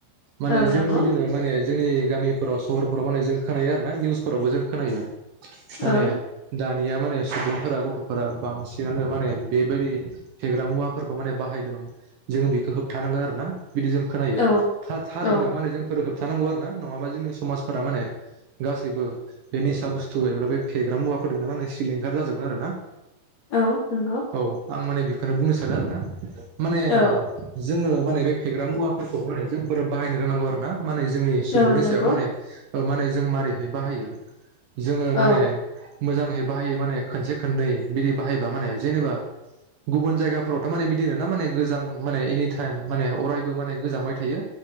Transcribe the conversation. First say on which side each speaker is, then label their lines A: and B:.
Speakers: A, on the right (about 65°); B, on the left (about 65°).
A: <inaudible> माने
B: औ
A: जों
B: नंगौ
A: बिदिनो माने जोंनि गामिफोराव सहरफोराव माने जों खोनायो आरो ना निउसफोरावबो जों खोनायो।
B: औ
A: माने दा निया माने स्टुदेन्टफोरा गथ'फोरा बांसिनानो माने बेबायदि फेग्रा मुवाफोरखौ माने बाहायदों जोङो बेखौ होबथानांगोन आरो ना। बिदि जों खोनायो।
B: औ
A: थार थारैनो
B: औ
A: माने जोंफोर गो थानांगौ आरोना नङाबा जोंनि समाजफोरा माने गासैबो बे निसा बुस्थु एबा बे फेग्रा मुवाफोरदोंनो माने सिलिंखार जाजोबगोन आरोना।
B: औ नंगौ
A: औ आं माने बे बेखौनो बुंनो सानो आरोना माने
B: औ
A: जोङो माने बे फेग्रा मुवाफोरखौ अराय जों फोर बाहायनो रोंनांगौ आरोना माने जोंनि सुबुंनि
B: औ
A: सायाव
B: नंगौ
A: माने ओ माने जों मारैहाय बाहायो जोङो
B: औ
A: माने मोजाङै बाहायो माने खोनसे खोननै बिदि बाहायबा माने जेनेबा गुबुन जायगाफोरावथ' माने बिदिनोना माने गोजां माने एनि टाइम माने अरायबो माने गोजांबाय थायो।